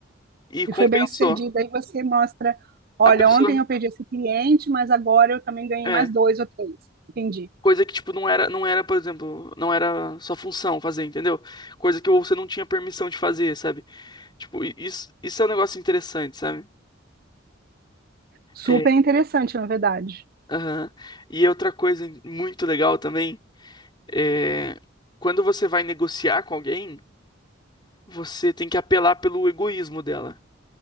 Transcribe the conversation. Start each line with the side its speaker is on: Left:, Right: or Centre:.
Left: e, e compensou.
Right: E foi bem sucedido. Aí você mostra, olha,
Left: A pessoa.
Right: ontem eu perdi esse cliente, mas agora eu também ganhei
Left: É.
Right: mais dois ou três. Entendi.
Left: Coisa que, tipo, não era, não era, por exemplo, não era sua função fazer, entendeu? Coisa que você não tinha permissão de fazer, sabe? Tipo, i- isso, isso é um negócio interessante, sabe?
Right: Super
Left: É.
Right: interessante, na verdade.
Left: Aham. E outra coisa muito legal também é. Quando você vai negociar com alguém, você tem que apelar pelo egoísmo dela.